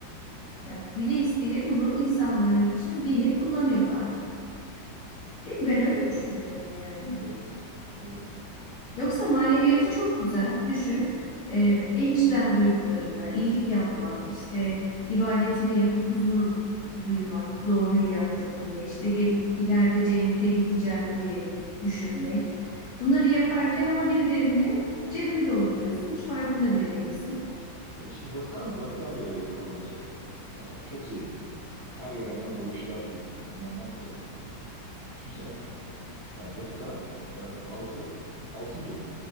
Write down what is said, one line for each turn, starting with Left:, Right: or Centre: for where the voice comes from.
Left: Ya bile isteye bunu insanlar için dini kullanıyorlar. Değil mi? Ben öyle
Right: Kesinlikle.
Left: düşünüyorum yani.
Right: Evet. Evet.
Left: Yoksa maneviyatı çok güzel. Düşün. Ee, en içten duygularınla iyilik yapmak, işte ibadetini yapıp huzur duymak, doğruyu yaptım diye, işte gel, ileride cennete gideceğim diye düşünmek. Bunları yaparken ama birilerine cebini dolduruyorsun. Hiç farkında bile değilsin.
Right: E, Şimdi Vatikan, Vatikan da öyle bir kurum mesela. Yani çok zengin. Her yerden bağışlar geliyor. Dünyanın her tarafından. Düşünsene yani Vatikan e, altı altın dolu.